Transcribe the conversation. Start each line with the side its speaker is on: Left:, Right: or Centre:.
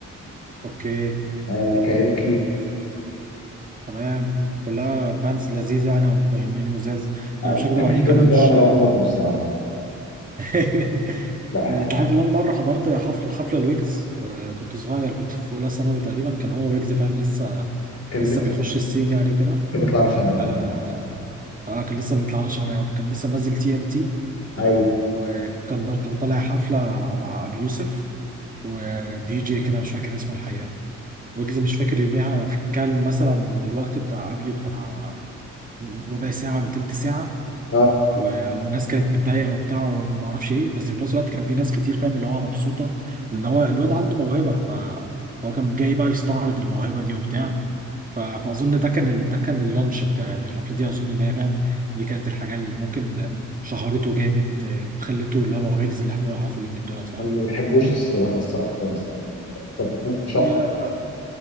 Right: أوكي
Left: آه، كايروكي
Right: تمام كلها باندز لذيذة يعني أو مغنيين لذاذ أنا
Left: ما
Right: مش هكدب
Left: بحبش
Right: عليك
Left: ويجز
Right: أنا مش
Left: ولا مروان بابلو الصراحه
Right: <laughs>
Left: لا
Right: انت عارف ان انا مره حضرت حفل حفله الويجز آه، كنت صغير كنت في اولى ثانوي تقريبا كان هو ويجز فاهم لسه
Left: كان
Right: لسه
Left: لسه
Right: بيخش السين يعني وكده
Left: كان بيطلع باشا انا
Right: آه آه، كان لسه بيطلع له شنب كان لسه منزل تي ام تي
Left: ايوه
Right: وكان كان طالع حفله مع ابي يوسف ودي جي كده مش فاكر اسمه الحقيقه ويجز مش فاكر يوميها كان مثلا من الوقت بتاع ابيو بتاع ربع ساعه ولا تلت ساعه
Left: اه
Right: و... والناس كانت متضايقه وبتاع وما اعرفش ايه بس في نفس الوقت كان في ناس كتير فاهم اللي هو مبسوطه لان هو الواد عنده موهبه فهو كان جاي بقى يستعرض الموهبه دي وبتاع ف... فاظن ده كان ال... ده كان اللانش بتاعه يعني الحفله دي اظن ان هي فاهم دي كانت الحاجه اللي ممكن شهرته جامد خلته اللي هو ويجز اللي احنا نعرفه اليومين دولت فاهم
Left: انا ما بحبوش الصراحه الصراحه خالص يعني ما بحبوش شخص
Right: هي